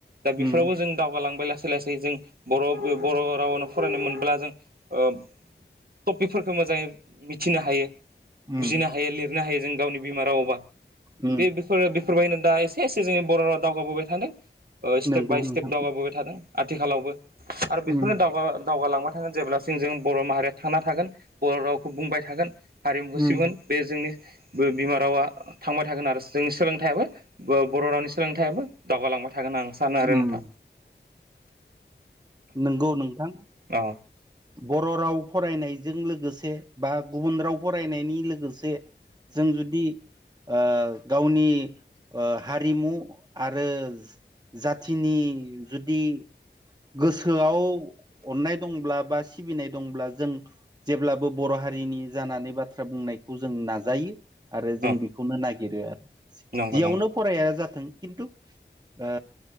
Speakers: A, on the right; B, on the right.
A: दा बेफोरावबो
B: उम
A: जों दावगालांबाय लासै लासै लासै जों बर' बर' रावावनो फरायनो मोनब्ला जों ओ टपिकफोरखौ मोजाङै मिथिनो हायो।
B: उम
A: बुजिनो हायो लिरनो हायो जों गावनि बिमा रावबा
B: उम
A: बेफोरो बेफोरबायनो दा एसे एसे एसे जोंनि बर' राव दावगाबोबाय थादों स्टेप
B: नंगौ
A: बाय
B: नोंथां
A: स्टेप दावगाबोबाय थादों आथिखालावबो। आरो बेखौनो
B: उम
A: दाव दावगालांबाय थागोन जेब्लासिम जों बर' माहारिया थांना थागोन बर' रावखौ बुंबाय थागोन। हारिमुखौ
B: उम
A: सिगोन बे जोंनि बिमा रावा थांबाय थागोन आरो जोंनि सोलोंथाइयाबो ब बर' रावनि सोलोंथाइयाबो दावगालांबाय थागोन होनना आं सानो आरो
B: उम
A: नोंथा।
B: नंगौ नोंथां,
A: औ
B: बर र' राव फरायनायजों लोगोसे बा गुबुन राव फरायनायनि लोगोसे जों जुदि ओ गावनि ओ हारिमु आरो जाथिनि जुदि गोसोआव अननाय दंब्ला। बा सिबिनाय दंब्ला जों जेब्लाबो बर' हारिनि जानानै बाथ्रा बुंनायखौ जों नाजायो। आरो जों
A: औ
B: बेखौनो नागिरो आरो। जि
A: नंगौ
B: जियावनो
A: नंगौ
B: फराया जाथों खिन्थु ओ